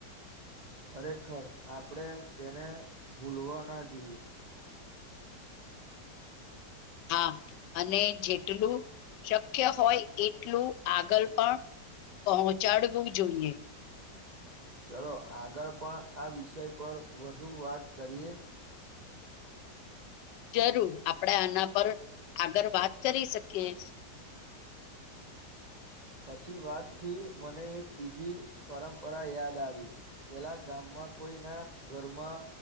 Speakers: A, on the right; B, on the left.
A: ખરેખર આપણેે તેને ભૂલવા ના જોઈએ
B: હા અને જેટલું શક્ય હોય એટલું આગળ પણ પહોંચાડવું જોઈએ
A: ચલો આગળ પણ આ વિષય પર વધુ વાત કરીએ
B: જરૂર આપણેે આના પર આગળ વાત કરી શકીએ છે
A: પછી વાતથી મને એક બીજી પરંપરા યાદ આવી પેલા ગામમાં કોઈ ના ઘરમાં